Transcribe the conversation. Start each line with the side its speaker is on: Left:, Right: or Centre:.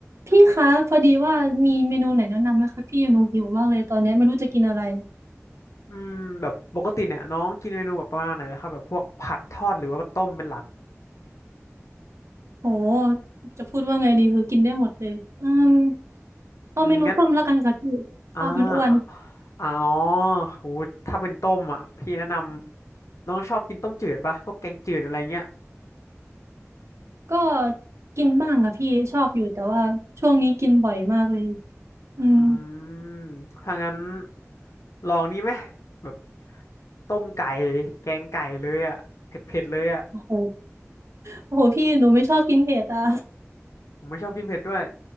Right: พี่คะพอดีว่ามีเมนูไหนแนะนำไหมคะพี่หนูหิวมากเลยตอนนี้ไม่รู้จะกินอะไร
Left: อืมแบบปกติเนี่ยน้องกินเมนูแบบประมาณไหนนะครับแบบพวกผัดทอดหรือว่าต้มเป็นหลัก
Right: โหจะพูดว่าไงดีคือกินได้หมดเลยอืมเอาเมนูต้มแล้วกันค่ะพี่ทอดมันอ้วน
Left: อืมงั้นอ่าอ่าอ๋อโหถ้าเป็นต้มอ่ะพี่แนะนำน้องชอบกินต้มจืดปะพวกแกงจืดอะไรเงี้ย
Right: ก็กินบ้างค่ะพี่ชอบอยู่แต่ว่าช่วงนี้กินบ่อยมากเลยอืม
Left: อืมถ้างั้นลองนี้ไหมแบบต้มไก่แกงไก่เลยอ่ะเผ็ดเผ็ดเลยอ่ะ
Right: โหโอ้โหพี่หนูไม่ชอบกินเผ็ดอ่ะ
Left: ผมไม่ชอบกินเผ็ดด้วย